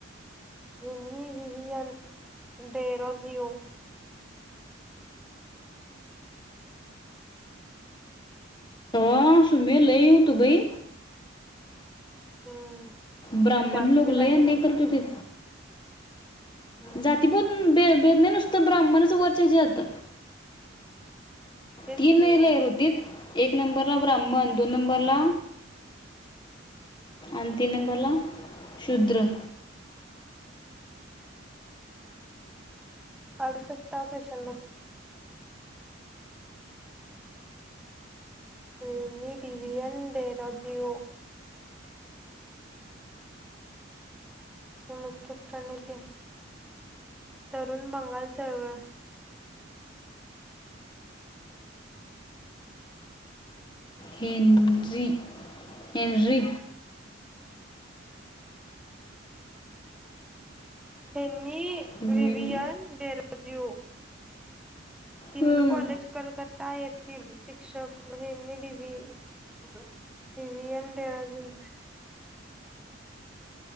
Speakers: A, in the centre; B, on the left.
A: हिनी विविएन डेरोजिओ.
B: अ सुम्मे लई हुतं बई.
A: हम्म.
B: ब्राह्मण
A: जातीभेद
B: लोक लय
A: असणार
B: अन्याय
A: का
B: करत
A: नाही
B: होतीत.
A: हम्म
B: जातीबोध बे वेदने नुसतं ब्राह्मणच वरचे जात.
A: तेच
B: तीनने
A: की
B: लेयर् हुतीत. एक नंबरला ब्राह्मण, दोन नंबरला अन तीन नंबरला शूद्र.
A: अडुसष्टावा क्वेश्चन बघ? रिनी डिवएन डेरोजिओ. अच्छा मुख्य प्रणिधी? तरुण बंगाल चळवळ.
B: Henry Henry.
A: हेनी
B: वेन-
A: विवियन डेरोजिओ. हिंदू
B: अं,
A: कॉलेज कलकत्ता येथील शिक्षक हेनी डीव्ही डिव्हियन डेरोजिओ